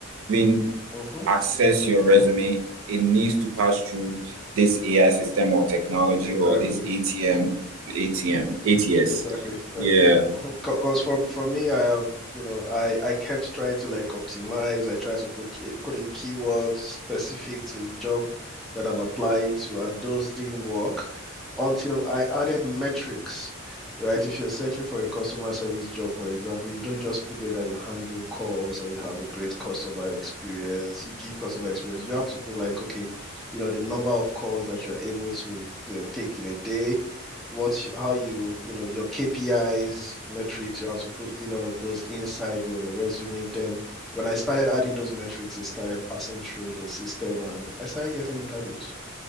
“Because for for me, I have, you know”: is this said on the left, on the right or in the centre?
Centre